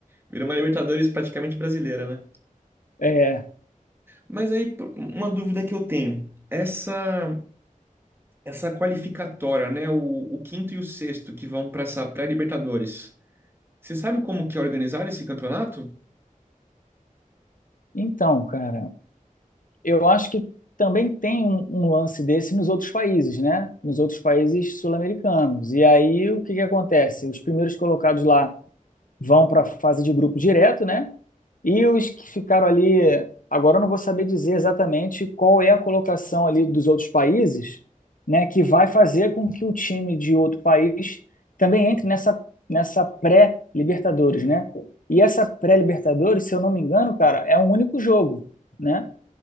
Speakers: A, on the right; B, on the left.
A: Virou uma Libertadores praticamente brasileira, né?
B: É,
A: Mas aí, p- uma dúvida que eu tenho. Essa essa qualificatória, né? O, o quinto e o sexto que vão para essa pré-Libertadores. Você sabe como que é organizar esse campeonato?
B: então, cara, Eu acho que também tem um, um lance desse nos outros países, né? Nos outros países sul-americanos. E aí o que que acontece? Os primeiros colocados lá vão para a fase de grupo direto, né? E os que ficaram ali, agora eu não vou saber dizer exatamente qual é a colocação ali dos outros países, né? Que vai fazer com que o time de outro país também entre nessa nessa pré-Libertadores, né? E essa pré-Libertadores, se eu não me engano, cara, é um único jogo né?